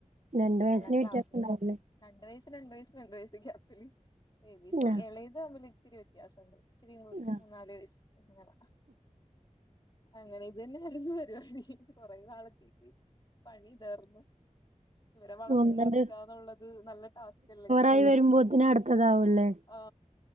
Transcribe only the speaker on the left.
നാലാം ക്ലാസ്സില്
രണ്ട് വയസ് രണ്ട് വയസ്സ് രണ്ട് വയസ്സ് ഗ്യാപ്പില്. ബേബീസ്
എളെത് തമ്മിൽ ഇത്തിരി വ്യത്യാസംണ്ട് ഇച്ചിരിംകൂടി
മൂന്നാല് വയസ്സ് അങ്ങന അങ്ങനെ ഇത് തന്നെ ആയിരുന്നു പരുപാടി കൊറെ നാളത്തേക്ക്. പണി താർന്നു ഇവരെ വളർത്തി
ഇടുക്കാന്നുള്ളത് നല്ല ടാസ്ക് അല്ലേ?
ആ